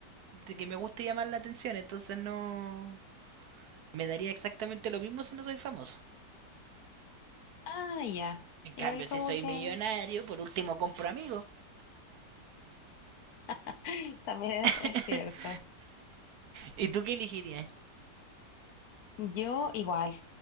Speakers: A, on the right; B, on the left.
A: de que me guste llamar la atención, entonces no... Me daría exactamente lo mismo si no soy famoso.
B: Ah, ya.
A: En cambio,
B: Igual como
A: si soy
B: que
A: millonario, por último compro amigos.
B: <laughs> también
A: <laughs>
B: es cierto.
A: ¿Y tú qué elegirías?
B: Yo igual